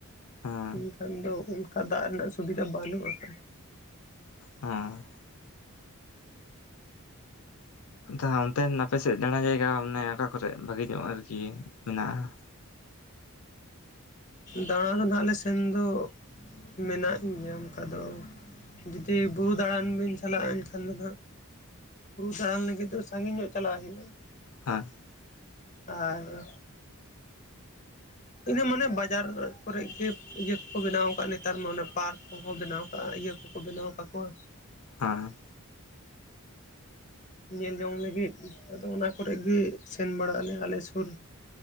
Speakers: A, on the left; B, on the left.
A: ᱦᱮᱸ
B: ᱮᱱᱠᱷᱟᱱ ᱫᱚ ᱚᱱᱠᱟ ᱫᱟᱜ ᱨᱮᱱᱟᱜ ᱥᱩᱵᱤᱫᱷᱟ ᱵᱟᱹᱱᱩᱜ ᱠᱟᱜ-ᱟ
A: ᱦᱟᱸ ᱟᱦ ᱚᱱᱛᱮ ᱟᱯᱮᱥᱮᱫ ᱫᱟᱬᱟ ᱡᱟᱭᱜᱟ ᱟᱱᱮ ᱚᱠᱟ ᱠᱚᱨᱮ ᱵᱷᱟᱹᱜᱤ ᱧᱚᱜ ᱟᱨᱠᱤ ᱢᱮᱱᱟᱜᱼᱟ
B: ᱫᱟᱬᱟ ᱨᱮᱫᱚ ᱟᱞᱮ ᱥᱮᱱ ᱫᱚ ᱢᱮᱱᱟᱜ ᱜᱮᱭᱟ ᱚᱱᱠᱟ ᱫᱚ ᱡᱩᱫᱤ ᱵᱩᱨᱩ ᱫᱟᱬᱟᱱ ᱵᱤᱱ ᱪᱟᱞᱟᱜᱼᱟ ᱮᱱᱠᱷᱟᱱ ᱫᱚ ᱫᱟᱬᱟᱱ ᱞᱟᱹᱜᱤᱫ ᱫᱚ ᱥᱟᱺᱜᱤᱧ ᱧᱚᱜ ᱪᱟᱞᱟᱜ ᱦᱩᱭᱩᱜᱼᱟ
A: ᱦᱟᱸ
B: ᱟᱪᱷᱟ ᱤᱱᱟᱹ ᱢᱟᱱᱮ ᱵᱟᱡᱟᱨ ᱠᱚᱨᱮ ᱜᱮ ᱤᱭᱟᱹ ᱠᱚᱠᱚ ᱵᱮᱱᱟᱣ ᱟᱠᱟᱟᱜᱼᱟ ᱱᱮᱛᱟᱨ ᱢᱟ ᱮ ᱯᱟᱨᱠ ᱠᱚᱠᱚ ᱵᱮᱱᱟᱣ ᱠᱟᱜᱼᱟ ᱤᱭᱟᱹ ᱠᱚ ᱠᱚ ᱵᱮᱱᱟᱣ ᱠᱟᱜᱠᱚᱣᱟ
A: ᱦᱮᱸ
B: ᱧᱮᱞ ᱡᱚᱝ ᱞᱟᱹᱜᱤᱫ ᱟᱫᱚ ᱚᱱᱟ ᱠᱚᱨᱮ ᱜᱮ ᱥᱮᱱ ᱵᱟᱲᱟᱜ ᱟᱞᱮ ᱟᱞᱮ ᱥᱳᱨ